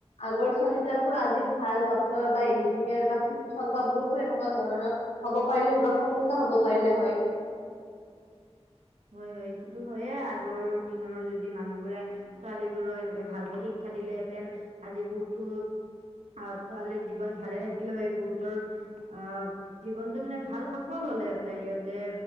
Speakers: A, on the left (about 70°); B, on the right (about 85°).
A: আগৰ ছোৱালী বিলাকো আজি ভাল ড্ক্তৰ বা ইঞ্জিনিয়াৰ বা শিক্ষক বা বহুতো এনেকুৱা ধৰণৰ হ'ব পাৰিলে হয় বা সফলতা হ'ব পাৰিলে হয়।
B: উ হয় হয় এইটোতো হয়য়ে আগৰ দিনৰ যদি মানুহবোৰে ছোৱালী বোৰক এনেকে ভালকৈ শিক্ষা দিলেহেতেন আজি বহুতো আহ ছোৱালীৰ জীৱন ভালে থাকিলে হয় বহুতৰ অ জীৱনতটো মানে ভাল সফল হলতে ইহঁতে